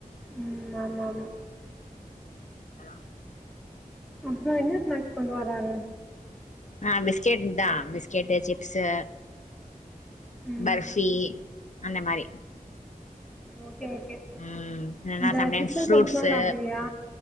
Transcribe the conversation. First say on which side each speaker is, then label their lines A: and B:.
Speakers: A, in the centre; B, on the left.
A: உம் ஆ நானு
B: ஆஹ்
A: அப்புறம் என்ன ஸ்நாக்ஸ் கொண்டு வர்ராரு
B: ஆஹ் பிஸ்கெட் தான் பிஸ்கெட் சிப்ஸு
A: ம்
B: பர்ஃபி அந்த மாரி
A: உம் ஓகே
B: ம் இல்லன்னா
A: இந்த
B: சம்டைம்ஸ்
A: சிப்ஸ்ங்களா
B: ஃப்ரூட்ஸு
A: சாப்பிடுவியா